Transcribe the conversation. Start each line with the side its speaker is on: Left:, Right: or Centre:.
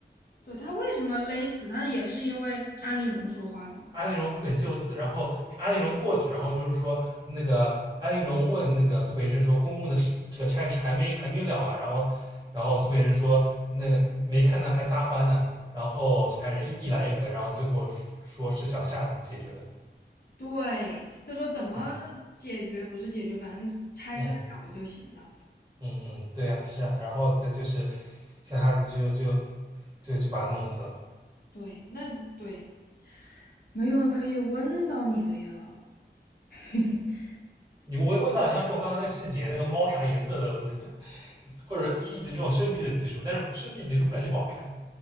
Left: 对他为什么勒死？那也是因为安陵容说话了嘛。
Right: 安陵容不肯就死，然后安陵容过去，然后就是说那个安陵容问那个苏培盛说：“公公的事这个差事还没还没了啊？”然后然后苏培盛说：“那个没看呢，还撒欢呢。”然后就开始一一来一回，然后最后说是小夏子解决的。
Left: 对，所说怎么解决不是解决，
Right: 嗯
Left: 反正拆事儿了了就行了。
Right: 嗯嗯嗯，对呀、是啊。然后他就是小夏子就就就就把他弄死了。
Left: 对，那对，没有可以问到你的呀。<laughs>
Right: 你我问到你像这种刚才那个细节，那个猫啥颜色的，我 <laughs> 或者说第一集这种生僻的集数，但是生僻集数本来就不好看。